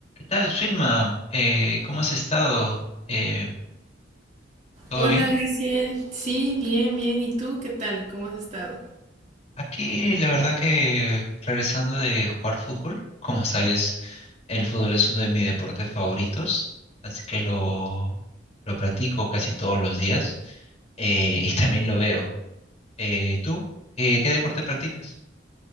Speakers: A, on the left; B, on the right.
A: Tal, Filma, eh, ¿cómo has estado? Eh, ¿todo
B: Hola,
A: bien?
B: Graciel. Sí, bien, bien. ¿Y tú qué tal? ¿Cómo has estado?
A: Aquí la verdad que regresando de jugar fútbol, como sabes, el fútbol es uno de mis deportes favoritos, así que lo, lo practico casi todos los días eh, y también lo veo. Eh, ¿tú? Eh, ¿qué deporte practicas?